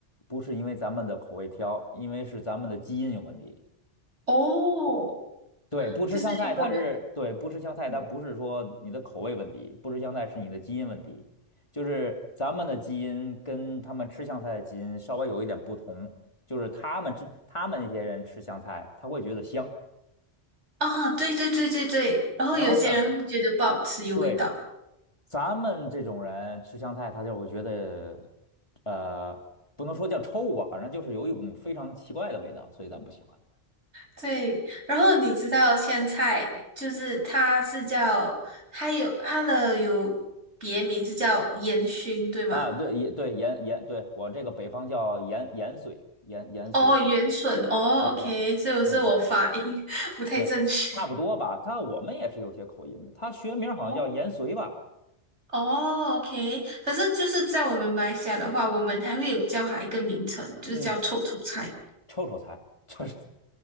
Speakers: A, on the left (about 25°); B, on the right (about 70°).
A: 不是因为咱们的口味挑，因为是咱们的基因有问题。
B: 哦，
A: 对，不吃香菜，
B: 就是因为我们
A: 它是对不吃香菜，
B: 嗯
A: 它不是说你的口味问题，不吃香菜是你的基因问题，就是咱们的基因跟他们吃香菜的基因稍微有一点不同，就是他们吃他们那些人吃香菜，他会觉得香，
B: 啊，对对对对对，然后有些人会觉得不好吃，
A: 然后呢，
B: 有味道。
A: 对咱们这种人吃香菜，他就会觉得呃，不能说叫臭吧，反正就是有一股非常奇怪的味道，所以咱不喜欢
B: 对，然后你知道香菜就是它是叫它有它的有别名是叫烟熏，对吗？
A: 啊。对，也对盐盐，对我这个北方叫盐盐水，盐盐水，
B: 哦，元笋哦，OK，
A: 呃盐。
B: 所以是我发音
A: 对对
B: <laughs> 不太正确。
A: 对，差不多吧。他我们也是有些口音的，他学名好像叫盐绥吧，
B: 哦哦，OK，可是就是在我们马来西亚的话，我们还会有叫它一个名称，就是叫臭臭菜，
A: 嗯，臭臭菜，臭臭